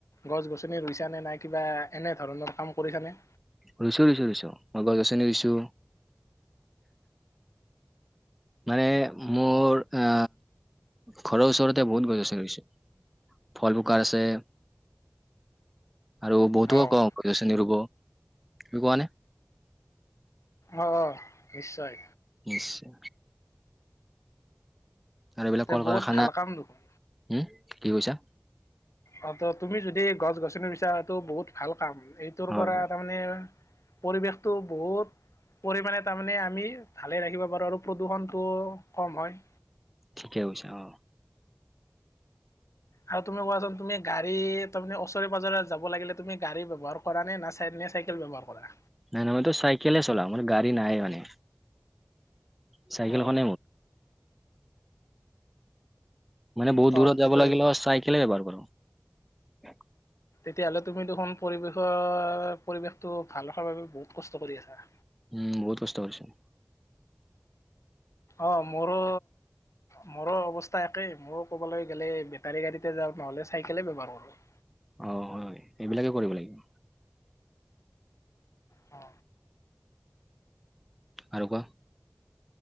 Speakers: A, on the left; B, in the centre.
A: গছ গছনি ৰুইছ নে নাই কিবা এনে ধৰণৰ কাম কৰিছানে।
B: ৰুইছো ৰুইছো ৰুইছো মই গছ গছনি ৰুইছো। মানে মোৰ অ। ঘৰৰ ওচৰতে বহুত গছ গছনি ৰুইছো ফল ফকাৰ আছে। <unintelligible> আৰু বহুতকো
A: অ',
B: কওঁ গছ গছনি ৰুব তুমি কোৱা নে?
A: অ নিশ্চয়।
B: আচ্ছা। আৰু এইবিলাক
A: তে
B: কল
A: বহুত
B: কাৰখানা
A: ভাল কাম দেখোন।
B: হম কি কৈছা
A: অ ত তুমি যদি গছ গছনি বিচাৰা এইটো বহুত ভাল কাম এইটোৰ
B: হয়
A: পৰা
B: হয়
A: তাৰমানে। পৰিৱেশতটো বহুত। পৰিমাণে তাৰমানে আমি ভালে ৰাখিব পাৰো আৰু প্ৰদূষণটো কম হয়।
B: ঠিকে হৈছে অ।
A: আৰু তুমি কোৱাচোন তুমি গাড়ী তাৰমানে ওচৰে পজৰে যাব লাগিলে তুমি গাড়ী ব্যৱহাৰ কৰা নে চাইকেল। নে চাইকেল ব্যৱহাৰ কৰা।
B: নাই নাই মই তো চাইকলে চলাও গাড়ী নাই মানে। চাইকেলখনে
A: অ',
B: মোৰ। মানে বহুত দূৰত
A: অ',
B: যাব
A: তেতিয়া
B: লাগিলে চাইকলে ব্যৱহাৰ কৰো।
A: তেতিয়াহ'লে তুমি দেখোন পৰিৱেশৰ পৰিৱেশটো ভাল ৰখাৰ বাবে বহুত কষ্ট কৰি আছা।
B: উম বহুত কষ্ট কৰিছো।
A: অ মোৰো। মোৰো অৱস্থা একে মইো ক'বলৈ গলে বেটাৰী গাড়ীতে যাওঁ নহলে চাইকেলে ব্যৱহাৰ কৰো।
B: অ হয় এইবিলাকে কৰিব লাগিব।
A: অ।
B: আৰু কোৱা।